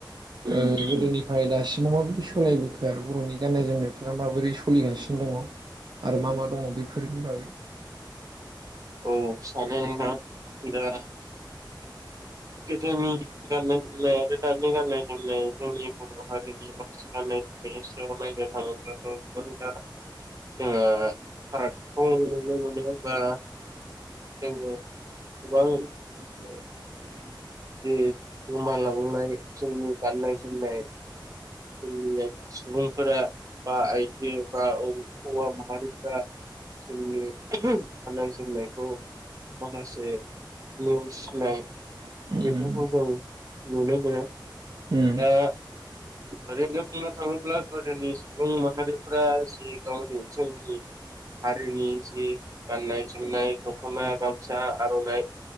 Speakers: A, on the right (about 60°); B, on the right (about 45°).
A: ओ गोदोनिफ्राय दासिमाव माबायदि सोलायबोखो आरो बर'नि गाननाय जोमनाय फोरा माबोरै सोलिगासिनो दङ आरो मा मा दङ बेफोरनि बागै?
B: औ सानो नोंथां दा गोदोनि गाननाय जोमनाय आरो दानि गाननाय जोमनाय जोंनि बर' हारिनि माखासे गाननाय <inaudible> बेनि सिङाव नायनो थाङोब्लाथ' गोबांथार जोङो फारागखौ नुनो मोनदों बा जोङो
A: <unintelligible>
B: गोबां जे गोमालांनाय जोंनि गाननाय जोमनाय जोंनिनो सुबुंफोरा बा आइजो बा औ हौवा माहारिफोरा जोंनि <unintelligible> गाननाय जोमनायखौ माखासे नेवसिनाय
A: उम
B: बेफोरखौ जों नुनो मोनो।
A: उम
B: दा ओरैनो बुंनो थाङोब्ला गोदोनि सुबुं माहारिफ्रा जि गावनि जोंनि हारिनि जि गाननाय जोमनाय दख'ना गामसा आर'नाइ